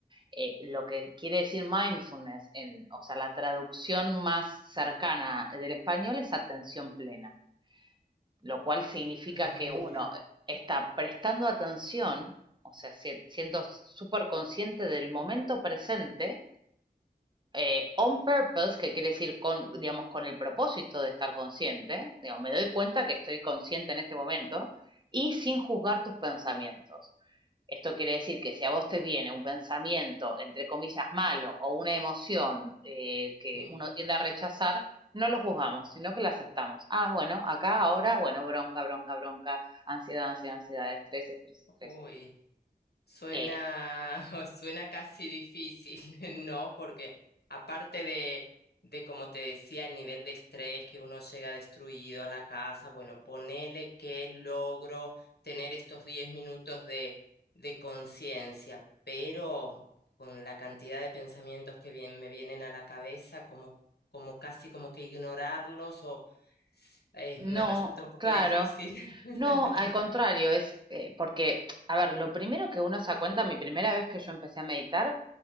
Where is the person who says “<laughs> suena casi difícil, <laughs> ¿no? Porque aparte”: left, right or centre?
Left